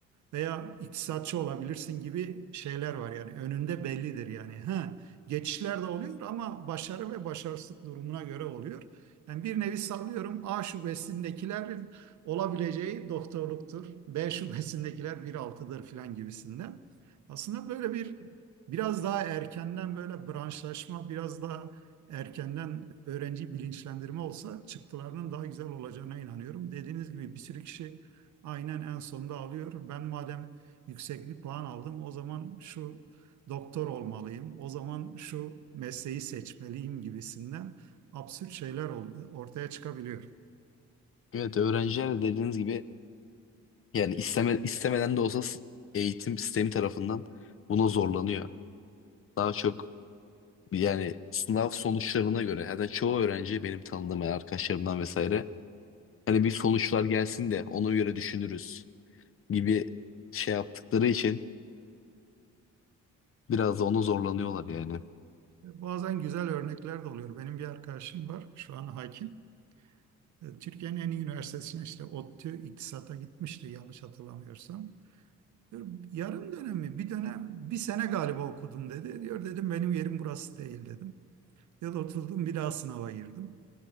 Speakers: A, on the right; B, on the left.
A: veya iktisatçı olabilirsin gibi şeyler var yani önünde bellidir yani. Ha, geçişler de oluyor ama başarı ve başarısızlık durumuna göre oluyor. Yani bir nevi sallıyorum A şubesindekilerin olabileceği doktorluktur. B şubesindekiler bir altıdır filan gibisinden. Aslında böyle bir biraz daha erkenden böyle branşlaşma, biraz daha erkenden öğrenci bilinçlendirme olsa çıktılarının daha güzel olacağına inanıyorum. Dediğiniz gibi bir sürü kişi Aynen en sonunda alıyor. Ben madem yüksek bir puan aldım, o zaman şu doktor olmalıyım, o zaman şu mesleği seçmeliyim gibisinden absürt şeyler ol- ortaya çıkabiliyor.
B: Evet öğrenciler de dediğiniz gibi yani isteme, istemeden de olsa s- eğitim sistemi tarafından buna zorlanıyor. Daha çok yani sınav sonuçlarına göre yani çoğu öğrenci benim tanıdığım yani arkadaşlarımdan vesaire Hani bir sonuçlar gelsin de ona göre düşünürüz gibi şey yaptıkları için biraz da ona zorlanıyorlar yani.
A: Bazen güzel örnekler de oluyor. Benim bir arkadaşım var, şu an hakim. E, Türkiye'nin en iyi üniversitesine işte ODTÜ İktisat'a gitmişti yanlış hatırlamıyorsam. Diyor, Yarım dönem mi? Bir dönem, bir sene galiba okudum dedi. Diyor dedim benim yerim burası değil dedim. Ya da oturdum bir daha sınava girdim.